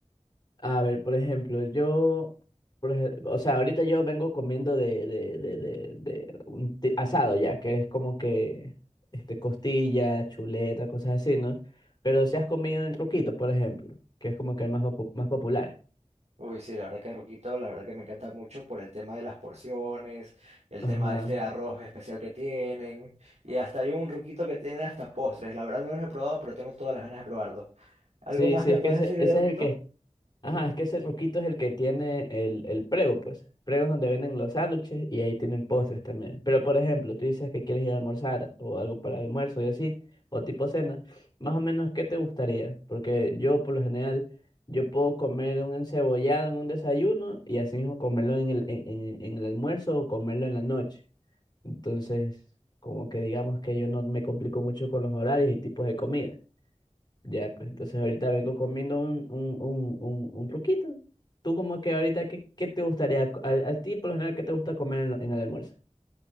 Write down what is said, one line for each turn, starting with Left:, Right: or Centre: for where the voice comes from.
Left: A ver, por ejemplo, yo, por ej- o sea, ahorita yo vengo comiendo de, de, de, de, de un ti- asado ya, que es como que este, costilla, chuleta, cosas así, ¿no? Pero si has comido en Roquito, por ejemplo, que es como que el más, popu- más popular.
Right: Uy, sí, la verdad que Ruquito, la verdad que me encanta mucho por el tema de las porciones, el
Left: Ajá.
Right: tema de este arroz especial que tienen, y hasta hay un Ruquito que tiene hasta postres. La verdad no los he probado, pero tengo todas las ganas de probarlo. ¿Algo
Left: Sí,
Right: más
Left: sí,
Right: que me
Left: es
Right: puedes
Left: que ese,
Right: decir
Left: ese
Right: de Ruquito?
Left: es el que
Right: Ujú.
Left: Ajá, es que ese roquito es el que tiene el, el prego, pues. Prego es donde venden los sándwiches y ahí tienen postres también. Pero, por ejemplo, tú dices que quieres ir a almorzar o algo para almuerzo y así, o tipo cena. Más o menos, ¿qué te gustaría? Porque yo, por lo general, yo puedo comer un encebollado en un desayuno y así mismo comerlo en el, en, en- en el almuerzo o comerlo en la noche. Entonces, como que digamos que yo no me complico mucho con los horarios y tipos de comida. Ya, pues entonces ahorita vengo comiendo un, un, un, un, un truquito. Tú como que ahorita, ¿qué, qué te gustaría? co- A, a ti, por lo general, ¿qué te gusta comer en, lo- en el almuerzo?